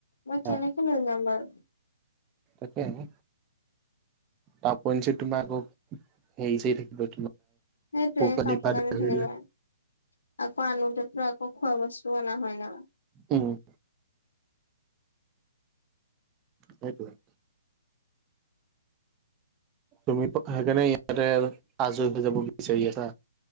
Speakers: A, on the left (about 80°); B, on the right (about 20°).
A: মই কেনেকে
B: অ
A: লৈ যাম বাৰু
B: তাকে হে। তাৰ ওপৰেঞ্চি তোমাৰ আকৌ হেই চেই থাকিব।
A: সেইটোৱে
B: কানিৰ
A: কাপোৰ
B: পৰা
A: কানি
B: ধৰি
A: থাকি যায়।
B: লৈ
A: আকৌ আনোতেতো আকৌ খোৱা বস্তুও অনা হয় ন।
B: উম। সেইটোৱে। তুমি সেইকাণে ইয়াতে আজৰি হৈ যাব বিচাৰি আছা।